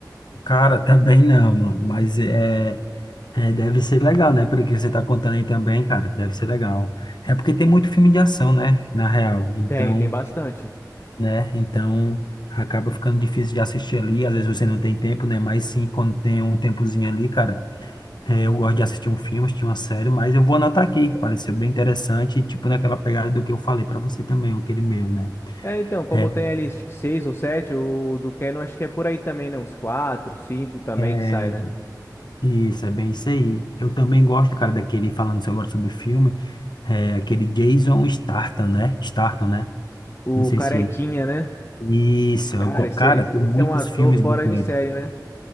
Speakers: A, on the left; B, on the left.
A: Cara, também não, mano, mas é. É, deve ser legal, né? Pelo que você tá contando aí também, cara, deve ser legal. É porque tem muito filme de ação, né? Na real. Então,
B: Tem, tem bastante.
A: né? Então, acaba ficando difícil de assistir ali. Às vezes você não tem tempo, né? Mas sim, quando tem um tempozinho ali, cara, é, eu gosto de assistir um filme, assistir uma série, mas eu vou anotar aqui. Pareceu bem interessante, e, tipo naquela pegada do que eu falei pra você também, aquele meu, né?
B: É, então, como
A: É,
B: tem ali acho que seis ou sete, o do Canon acho que é por aí também, né? Uns quatro, cinco também
A: é,
B: que sai, né?
A: isso, é bem isso aí. Eu também gosto, cara, daquele, falando agora sobre filme, é, aquele Jason Statham, né? Statham, né?
B: O
A: Não sei
B: Carequinha,
A: se.
B: né?
A: Isso,
B: Cara,
A: eu go-
B: esse,
A: cara,
B: é- esse,
A: tem
B: esse
A: muitos
B: é um ator
A: filmes
B: fora
A: bons com
B: de
A: ele.
B: série, né?